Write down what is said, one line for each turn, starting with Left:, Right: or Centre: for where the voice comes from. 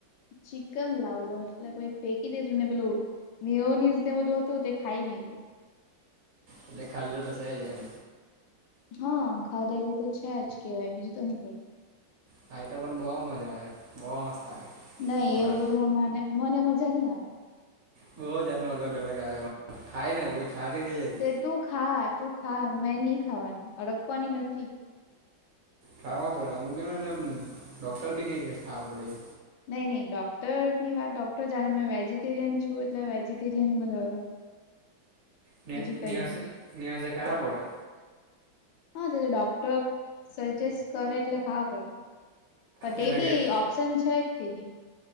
Left: ચિકન લાવલો એટલે ભાઈ ફેંકી દેધું ને પેલું મેયોનીઝને તે બધું હો હતું તે ખાઈ મી
Right: એટલે ખાલું તો છેજ એમ.
Left: હા ખાધેલું તો છે જ કેવાય બીજું તો હું કેવું.
Right: ખાઈતો પણ બહ મજા આવે બહ મસ્ત લાગે.
Left: નહી
Right: અલગ
Left: એવું બધુંને મને મને મજા નઈ આવે.
Right: બહુ જાતનું અલગ અલગ આવે ખાય ને બ ખાડી થઇ જાય.
Left: તે તું ખા તું ખા મેં નહી ખાવાની અડકવાની નથી.
Right: ખાવા પડે અમુક કહ નેમ ડોક્ટર બી કેયકે ખાવા પડે.
Left: નહી નહી ડોક્ટર ની વાત ડોક્ટર જાણે મેં વેજીિટેરિયન છું એટલે વેજીિટેરિયન હવે
Right: નિય
Left: બીજું કઈ
Right: નિયસી
Left: નહી
Right: નિયસે ખાવા પડે.
Left: હા તો ડોક્ટર સજેસ્ટ કરે એટલે ખાવા પડે. બટ
Right: એના
Left: એ બી
Right: ઘેર
Left: ઓપ્શન છે કે નહી.